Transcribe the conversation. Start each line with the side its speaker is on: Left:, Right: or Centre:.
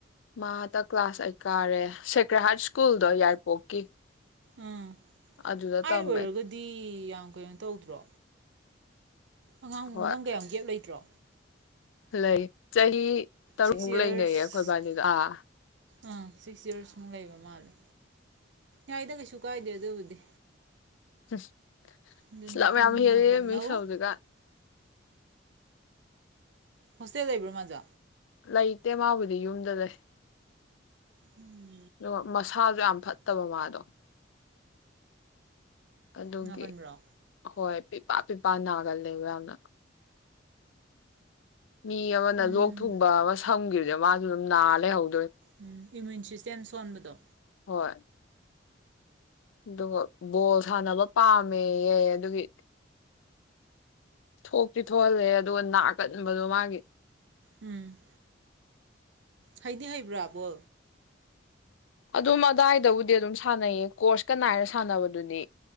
Left: ꯃꯥꯇ ꯀ꯭ꯂꯥꯁ ꯑꯩꯠ ꯀꯥꯔꯦ ꯁꯦꯀ꯭ꯔꯦꯍꯔꯠ ꯁ꯭ꯀꯨꯜꯗꯣ ꯌꯥꯏꯔꯤꯄꯣꯛꯀꯤ
Right: ꯎꯝ
Left: ꯑꯗꯨꯗ
Right: ꯑꯥꯢꯠ
Left: ꯇꯝꯃꯦ
Right: ꯑꯣꯏꯔꯒꯗꯤ ꯌꯥꯝ ꯀꯩꯅꯣ ꯇꯧꯗ꯭ꯔꯣ ꯑꯉꯥꯡ
Left: ꯍꯣꯏ
Right: ꯅꯪ ꯀꯌꯥꯝ ꯒꯦꯞ ꯂꯩꯇ꯭ꯔꯣ
Left: ꯂꯩ ꯆꯍꯤ ꯇꯔꯨꯛꯃꯨꯛ
Right: ꯁꯤꯛꯁ ꯌꯔꯁ
Left: ꯂꯩꯅꯩꯌꯦ ꯑꯩꯈꯣꯏ ꯏꯕꯥꯅꯤꯗꯣ ꯑꯥ
Right: ꯑꯥ ꯁꯤꯛꯁ ꯌꯔꯁꯃꯨꯛ ꯂꯩꯕ ꯃꯥꯜꯂꯦ ꯌꯥꯏꯗ ꯀꯩꯁꯨ ꯀꯥꯏꯗꯦ ꯑꯗꯨꯕꯨꯗꯤ
Left: ꯑꯁ
Right: ꯑꯗꯨꯅꯤ
Left: ꯂꯝ
Right: ꯀꯟꯅ
Left: ꯌꯥꯝ ꯍꯦꯜꯂꯤ
Right: ꯍꯣꯠꯅꯧ
Left: ꯃꯤꯁ ꯍꯧꯖꯤꯛꯀꯥꯜ
Right: ꯍꯣꯁꯇꯦꯜ ꯂꯩꯕ꯭ꯔꯣ ꯃꯗꯤ
Left: ꯂꯩꯇꯦ ꯃꯥꯕꯨꯗꯤ ꯌꯨꯝꯗ ꯂꯩ
Right: ꯎꯝ
Left: ꯑꯗꯨꯒ ꯃꯁꯥꯁꯨ ꯌꯥꯝ ꯐꯠꯇꯕ ꯃꯥꯗꯣ ꯑꯗꯨꯒꯤ
Right: ꯅꯥꯀꯟꯕ꯭ꯔꯣ
Left: ꯍꯣꯏ ꯄꯤꯄꯥ ꯄꯤꯄꯥꯅꯅꯥꯒꯂꯦ ꯌꯥꯝꯅ ꯃꯤ ꯑꯃꯅ
Right: ꯎꯝ
Left: ꯂꯣꯛ ꯊꯨꯡꯕ ꯑꯃ ꯁꯝꯈꯤꯕ ꯃꯥꯒꯤ ꯅꯥꯂꯩꯍꯧ
Right: ꯎꯝ ꯏꯃ꯭ꯌꯨꯟ ꯁꯤꯁꯇꯦꯝ ꯁꯣꯟꯕꯗꯣ
Left: ꯍꯣꯏ ꯑꯗꯨꯒ ꯕꯣꯜ ꯁꯥꯟꯅꯕ ꯄꯥꯝꯃꯦꯍ ꯑꯗꯨꯒꯤ ꯊꯣꯛꯇꯤ ꯊꯣꯛꯍꯜꯂꯦ ꯑꯗꯨꯒ ꯅꯥꯀꯟꯕꯗꯣ ꯃꯥꯒꯤ
Right: ꯎꯝ ꯍꯩꯗꯤ ꯍꯩꯕ꯭ꯔꯥꯕꯣ
Left: ꯑꯗꯨꯝ ꯑꯗꯥꯋꯥꯏꯗꯕꯨꯗꯤ ꯑꯗꯨꯝ ꯁꯥꯟꯅꯩꯌꯦ ꯀꯣꯔꯁꯀ ꯅꯥꯏꯔ ꯁꯥꯟꯅꯕꯗꯨꯗꯤ